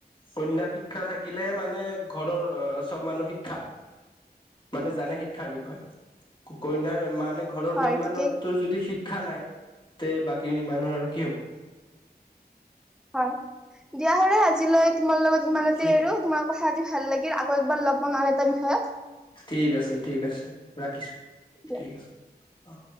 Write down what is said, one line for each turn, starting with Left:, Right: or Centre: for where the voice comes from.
Left: কন্যা শিক্ষা থাকিলেহে মানে ঘৰৰ চব মানুহ শিক্ষা মানে জানে শিক্ষাৰ বিষয়ে। কন্যাৰ মানে ঘৰৰ
Centre: হয়
Left: মেইন মানুহটোৰ
Centre: ঠিকেই
Left: যদি শিক্ষ শিক্ষা নাই তে বাকী মানুহৰ আৰু কি হ'ব?
Centre: হয়। দিয়া হলে আজিলৈ তোমাৰ লগত ইমানতে
Left: ঠিক
Centre: এৰো তোমাৰাকো কথাত যদি ভাল লাগিল আকৌ এবাৰ লগ পাম আৰু এটা বিষয়ত।
Left: ঠিক আছে! ঠিক আছে! ৰাখিছো।
Centre: দিয়া
Left: ঠিক আছে। আহ!